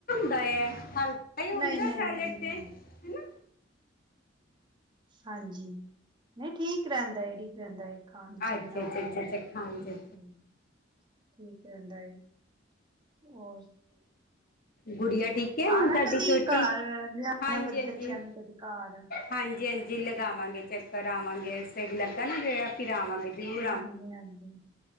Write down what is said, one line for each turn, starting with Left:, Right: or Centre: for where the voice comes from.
Left: <inaudible> ਹੁੰਦਾ
Right: ਨਹੀਂ ਨਹੀਂ
Left: ਸੈਲਡ
Right: ਨਹੀਂ
Left: ਤੇ ਹੈਨਾ
Right: ਹਾਂਜੀ ਨਹੀਂ ਠੀਕ ਰਹਿੰਦਾ ਰੈਂਦੈ ਏ ਖਾਨ ਚ
Left: ਹਾਂਜੀ
Right: ਏਨਾ
Left: ਅੱਛਾ
Right: ਓ ਨੀ
Left: ਅੱਛਾ
Right: ਹੁੰਦਾ,
Left: ਅੱਛਾ ਅੱਛਾ
Right: ਹੂੰ,
Left: ਹਾਂਜੀ
Right: ਹੂੰ ਠੀਕ ਰੈਦਾ ਐ। ਓਰ
Left: ਗੁੜੀਆ ਠੀਕ ਠੀਕ ਆ ਹੋਨ
Right: ਆਣਾ
Left: ਤਾਡੀ
Right: ਕਦੀ
Left: ਛੋਟੀ?
Right: ਘਰ ਲਿਆਣਾ
Left: ਹਾਂਜੀ,
Right: ਬ
Left: ਹਾਂਜੀ।
Right: ਬੱਚਿਆਂ ਨੂੰ ਕਦੇ ਘਰ
Left: ਹਾਂਜੀ, ਹਾਂਜੀ ਲਗਾਵਾਂਗੇ ਚੱਕਰ ਆਵਾਂਗੇ ਏਸ ਵਾਰ ਲੱਗਾ ਨਾ ਗੇੜਾ <unintelligible>
Right: ਹਾਂਜੀ, ਹਾਂਜੀ